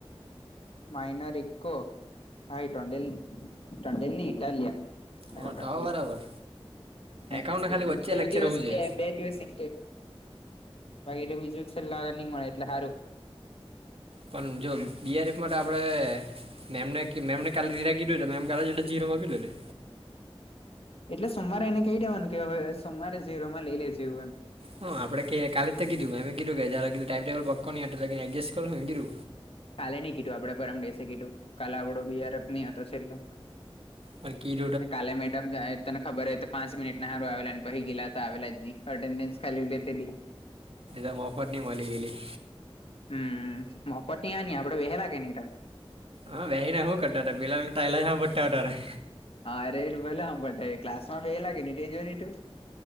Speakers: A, on the left; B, on the right.
A: માઇનો રકો હાાઈ ટોન્ડલ ટોન્ડેલની ઇટાલિયા
B: હા
A: ક
B: તો બરાબર
A: નમસ્તે
B: એકાઉન્ટના ખાલી વચ્ચે
A: નેવ
B: લેક્ચર
A: દિવસ
B: હોવું જોઈએ
A: મે બે દિવસે બાકીલે બીજું છેલ્લા નહી મળે એટલે સારુ
B: પણ જો બીઆરએફ માટે આપણેે મેમને મે કા રીરા ગીધ મેમ કા જીરો મા આપીધી
A: એટલે સોમવારે એને કહી દેવાનું કે હવે સોમવારે જઝીરોમાં લઈ લેજે એવું એમ
B: હા આપણે ક કાલે જ કીધું મેમે કીધું કે જય લ ટાઈમટેબલ પક્કો નહીટ એડજસ્ટ કરોું કીધુ
A: કાલે નહી કીધું આપડે પરમ દસે કીધું કાલે આપણો બિારફ નહી હતો છેલ્લો.
B: અનેકીટ
A: કાલે મેડમ તને ખબર હો તો પાંચ મિનિટ ના હારુ, આવેલાને પછી ગીલા તો આવેલા જ નહી. અટેન્ડન્સ ખાલી તેલી
B: એમ ઓફર નની મળી ગેલી.
A: હમ મોપટ નહ આપડે વહેલા કે ન
B: હા વસી ના હુ કરતા હતા પલા તાાઈલા જ પટ્ટાટારે
A: હારે ર લ ક્લાસ માં બે લ કેજુ